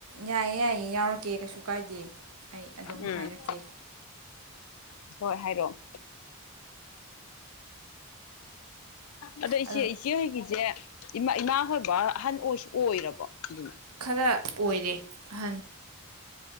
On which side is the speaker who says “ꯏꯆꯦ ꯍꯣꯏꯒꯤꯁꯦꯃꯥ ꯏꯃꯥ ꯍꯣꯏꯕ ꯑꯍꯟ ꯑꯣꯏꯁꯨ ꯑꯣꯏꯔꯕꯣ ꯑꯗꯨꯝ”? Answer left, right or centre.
Left